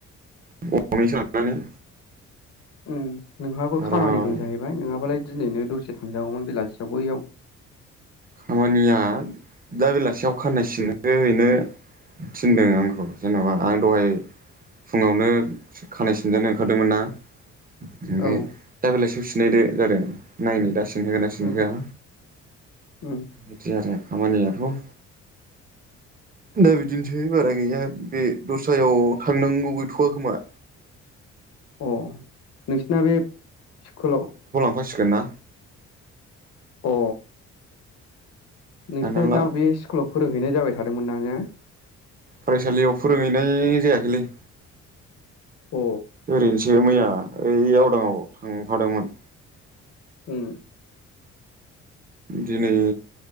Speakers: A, on the right; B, on the left.
A: गंनैसो लानानै।
B: उम नोंहाबो
A: आराम
B: खामानि दं जाहैबाय नोङाबालाय दिनैनो दसे थांजागौमोन बेलासियावबो बैयाव
A: खामानिया दा बेलासियाव खाननाय सिहोनो ओरैनो। थिनदों आंखौ जेन'बा आं दहाय फुङावनो खानाय सिनजानो ओंखारदोंमोन ना। ओमफ्राय
B: औ
A: दा बेलासियाव सिनलायदो जादों नायनो दा सिनजागोन ना सिनहोया।
B: उम उम।
A: बिदि आरो खामानियाथ'। दा बिदिनोसै बारा गैया बे दस्रायाव थांनांगौ गैथ'वा खोमा।
B: अ नोंसिना बे स्कुलाव
A: अखा हासिगोन ना?
B: अ। नोंसोरना
A: थांनांला
B: दा बे स्कुलाव फोरोंहैनाय जाबाय थादोंमोन ना हो
A: फरायसालियाव फोरोंहैनाय जायाखैलै।
B: अ।
A: ओरैनोसो मैया ओइ आवदाङाव थांफादोंमोन।
B: उम।
A: दिनै